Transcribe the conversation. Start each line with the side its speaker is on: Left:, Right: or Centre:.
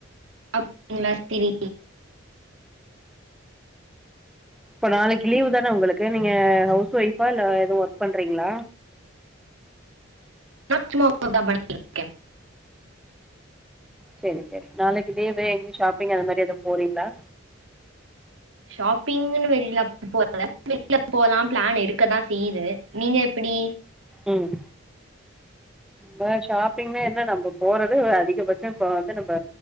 Right: அப்டிங்ளா ஸ்திரி
Centre: இப்ப நாளக் லீவ் தான உங்களுக்கு நீங்க ஹவுஸ் ஒய்ஃபா இல்ல எதுவு ஒர்க் பண்றீங்ளா
Right: நா சும்மா <unintelligible>
Centre: சேரி சேரி நாளக்கு லீவு எங்கயு ஷாப்பிங் அந்த மாரி எது போறீங்ளா
Right: ஷாப்பிங்ன்னு வெளில போ வெளில போலா ப்ளான் இருக்கதா செய்யுது நீங்க எப்புடி
Centre: ம் நா ஷாப்பிங் என்ன நம்ம போறது அதிகபட்ச இப்ப வந்து நம்ம